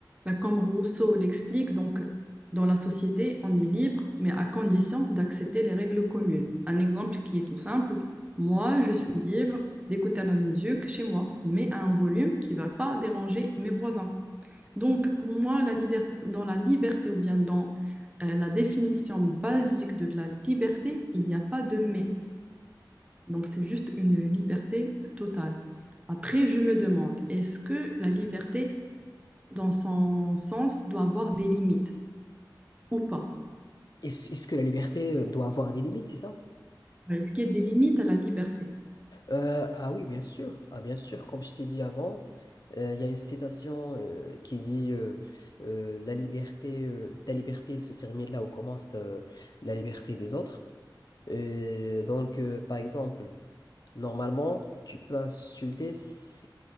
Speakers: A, on the right; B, on the left.
A: bah, comme Rousseau l'explique, donc dans la société, on est libre, mais à condition d'accepter les règles communes. Un exemple qui est tout simple, moi, je suis libre d'écouter la musique chez moi, mais à un volume qui ne va pas déranger mes voisins. Donc, pour moi, la liber- dans la liberté ou bien dans euh, la définition basique de la liberté, il n'y a pas de mais. Donc, c'est juste une liberté totale. Après, je me demande, est-ce que la liberté, dans son sens, doit avoir des limites ou pas?
B: Est-ce, est-ce que la liberté euh, doit avoir des limites, c'est ça?
A: Oui. Est-ce qu'il y a des limites à la liberté?
B: Euh, ah oui, bien sûr. Ah, bien sûr, comme je t'ai dit avant, euh, il y a une citation euh, qui dit euh, euh, la liberté, euh, ta liberté se termine là où commence euh, la liberté des autres. Euh, donc, euh, par exemple, normalement, tu peux insulter, si-